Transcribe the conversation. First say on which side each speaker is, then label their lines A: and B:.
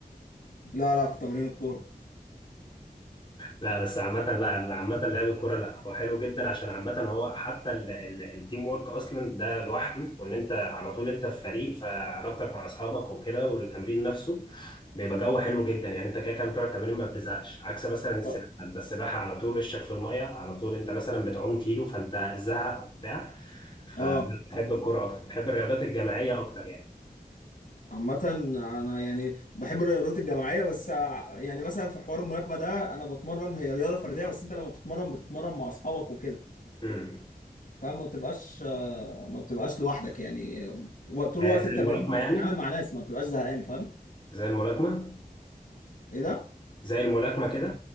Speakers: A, on the left; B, on the left.
A: لا لا في تمرين الكورة
B: لا بس عامة لا عامة لعب الكرة لا هو حلو جدا عشان عامة هو حتى ال- ال- التيم وورك أصلا ده لوحده وإن أنت على طول أنت في فريق فعلاقتك مع أصحابك وكده والتمرين نفسه بيبقى جو حلو جدا يعني أنت كده كده بتقعد تمرين ما بتزهقش عكس مثلا السباحة
A: اه
B: أنت السباحة على طول وشك في المية على طول أنت مثلا بتعوم كيلو فأنت زهق وبتاع فبحب
A: اه
B: الكرة أكتر بحب الرياضات الجماعية أكتر يعني
A: عامة انا يعني بحب الرياضات الجماعية بس ع- يعني مثلا في حوار الملاكمة ده انا بتمرن هي رياضة فردية بس انت لما بتتمرن بتتمرن مع اصحابك وكده
B: امم
A: فما بتبقاش آه، ما بتبقاش لوحدك يعني و- طول
B: آه،
A: وقت
B: زي الملاكمة
A: التمرين انت بتتعامل
B: يعني
A: مع ناس ما بتبقاش زهقان فاهم؟
B: زي الملاكمة
A: ايه ده؟
B: زي الملاكمة كده